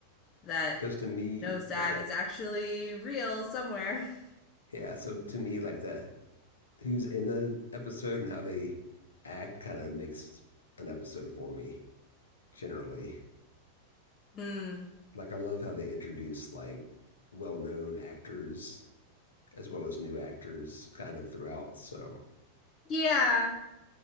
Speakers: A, on the left (about 30°); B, on the left (about 70°).
A: that
B: Because to me,
A: Nosedive
B: like that,
A: is actually real somewhere. <laughs>
B: yeah. So to me, like that, who's in the episode and how they act kind of makes an episode for me generally.
A: Hmm.
B: Like I love how they introduce like well-known actors as well as new actors kind of throughout. So
A: Yeah.